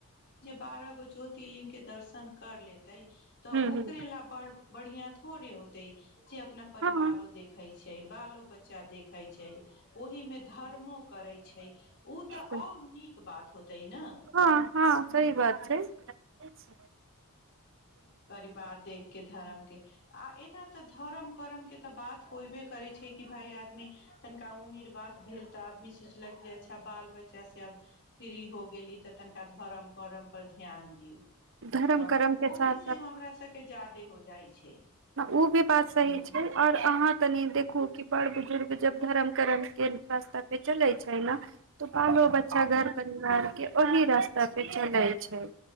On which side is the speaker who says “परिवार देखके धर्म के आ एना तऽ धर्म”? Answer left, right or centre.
Left